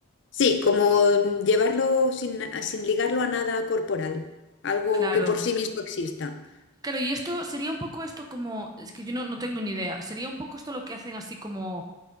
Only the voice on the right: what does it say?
Claro.
Claro, y esto sería un poco esto como, es que yo no, no tengo ni idea, sería un poco esto lo que hacen así como,